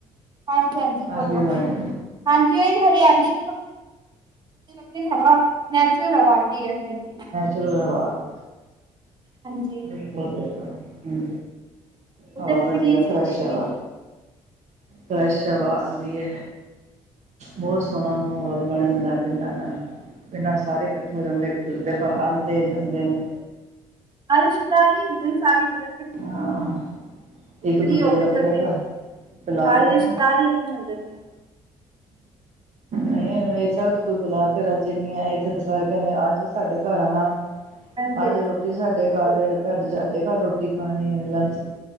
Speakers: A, on the right (about 30°); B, on the right (about 55°).
A: ਹਾਂਜੀ ਹਾਂਜੀ
B: ਆ
A: ਬੋਲੋ
B: ਗੀ ਅਵਾਜ਼।
A: ਹਾਂਜੀ ਏ ਹਰਿਆਲੀ ਲਰ ਦੀ ਹਵਾ ਨੈਚੁਰਲ ਹਵਾ ਆਂਦੀ ਐ <unintelligible> ਨਾਂ।
B: ਚੱਲਗਾਵਾ। <unintelligible>
A: ਹਾਂਜੀ।
B: ਲ <unintelligible>
A: ਉਹਦੇ
B: ਹਾ
A: ਵਿੱਚ
B: ਵਦੀਆ
A: ਗ੍ਰੀਨਰੀ
B: ਫਰੈਸ਼
A: ਨਹੀਂ ਹੈਗੀ
B: ਆ। ਫਰੈਸ਼ ਹਵਾ ਆਂਦੀ ਏ ਬੌਤ ਸੋਣਾ ਮਾਹੌਲ ਬਨਣ ਨਾਲ। ਪਿੰਡਾਂ ਦਾ, ਪਿੰਡਾਂ ਸਾਰੇ ਕੱਠੇ ਹੋ ਜਾਂਦੇ ਇੱਕ ਦੂਜੇ ਦੇ ਘਰ ਆਂਦੇ ਜਾਂਦੇ ਨੇ।
A: ਹਰ ਸ਼ਿਧਾਰੀ ਦ ਸਾਰੀ। <unintelligible>
B: ਹਾਂ। ਇੱਕ ਦੂਜੇ
A: ਹੋ
B: ਦੇ
A: ਕੇ
B: ਰੱਪੜਕਾ
A: ਚੱਲ ਪਈ
B: ਪਲਾਦੇ।
A: ਸਾਰੇ ਰਿਸ਼ਤੇਦਾਰ ਹੀ ਆਪਣੇ ਅੰਦਰ ਨੇ
B: ਅ ਇਹ ਸਾਰ ਤੋਂ ਕੋਈ ਬੁਲਾ ਕੇ ਰਾਜੇ ਨੀ ਆ, ਇੱਥੇ ਤਾਂ ਸਾਰੇ ਕਹਿੰਦੇ ਅੱਜੋ ਸਾਡੇ ਘਰ ਆਉਣਾ।
A: ਹਾਂਜੀ
B: ਅੱਜ
A: ਹਾਂਜੀ
B: ਰੋਟੀ ਸਾਡੇ
A: ਬਿਲਕੁਲ
B: ਘਰ ਆ, ਅੱਜ ਸਾਡੇ ਘਰ ਰੋਟੀ ਖਾਣੀ ਹੈ ਲੰਚ।